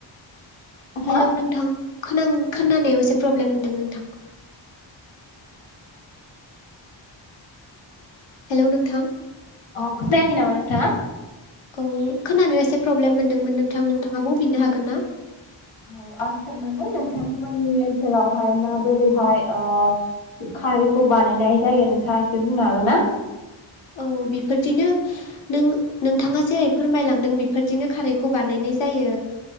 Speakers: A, on the left; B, on the left.
A: नोंथाङा
B: हेलौ नोंथां खोनां खोनानायाव एसे प्रब्लेम मोनदों नोंथां। हेल' नोंथां।
A: अ खोनायाखै नामा नोंथांङा?
B: औ खोनानायाव एसे प्रब्लेम मोनदोंमोन नोंथां नोंथाङा बुंफिननो हागोन ना?
A: औ आं सोंदोंमोन नोंथांमोननि ओनसोलावहाय माबोरैहाय ओ खारैखौ बानायनाय जायो नोंथाङा एसे बुंनो हागोन ना?
B: औ बेफोरदिनो नों नोंथाङा जेरै फोरमायलांदों बेफोरदिनो खारैखौ बानायनाय जायो।